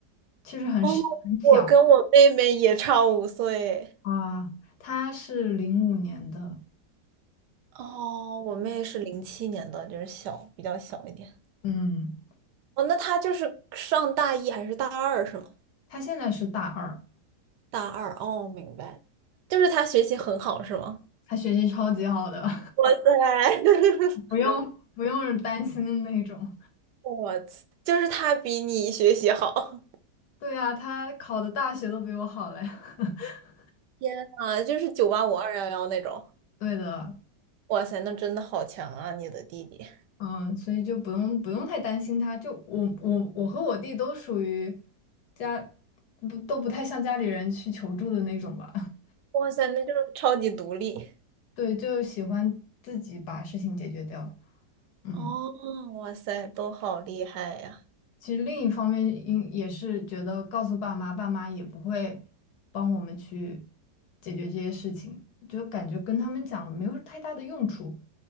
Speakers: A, on the left (about 70°); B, on the right (about 80°).
A: 其实很是很小
B: 哦，我跟我妹妹也差五岁。
A: 啊。他是零五年的，
B: 哦，我妹是零七年的，就是小，比较小一点。
A: 嗯，
B: 哦，那她就是上大一还是大二是吗？
A: 他现在是大二，
B: 大二，哦，明白了就是她学习很好是吗？
A: 他学习超级好的，
B: 哇塞，<laughs>
A: <laughs> 不用不用担心的那种。
B: 我就是她比你学习好。
A: 对呀，他考的大学都比我好嘞。<laughs>
B: 天啊，就是九八五二幺幺那种。
A: 对的，
B: 哇塞，那真的好强啊，你的弟弟。
A: 嗯，所以就不用不用太担心他。就我我我和我弟都属于家不都不太向家里人去求助的那种吧。
B: 哇塞，那就是超级独立。
A: <laughs> 对，就喜欢自己把事情解决掉。嗯，
B: 哦，哇塞，都好厉害呀！
A: 其实另一方面，因也是觉得告诉爸妈，爸妈也不会帮我们去解决这些事情，就感觉跟他们讲没有太大的用处。